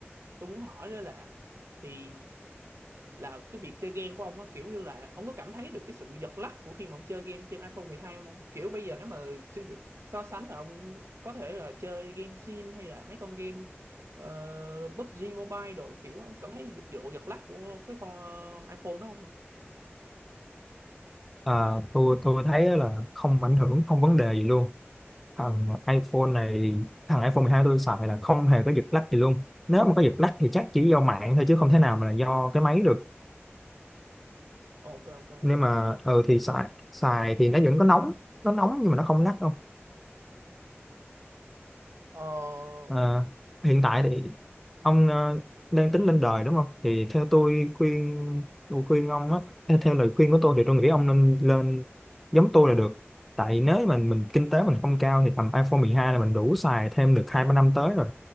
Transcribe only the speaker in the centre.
à, tôi tôi thấy là không ảnh hưởng không vấn đề gì luôn thằng iPhone này thằng iPhone 12 tôi xài là không hề có giật lag gì luôn nếu mà có giật lag thì chắc chỉ do mạng thôi chứ không thể nào mà là do cái máy được
nhưng mà ờ thì xài xài thì nó vẫn có nóng nó nóng nhưng mà nó không lắc đâu
Ờ, hiện tại thì ông ờ, đang tính lên đời đúng không? Thì theo tôi khuyên tôi khuyên ông á, theo, theo lời khuyên của tôi thì tôi nghĩ ông nên lên giống tôi là được. Tại nếu mà mình kinh tế mình không cao thì tầm iPhone mười hai là mình đủ xài thêm được 2 3 năm tới rồi.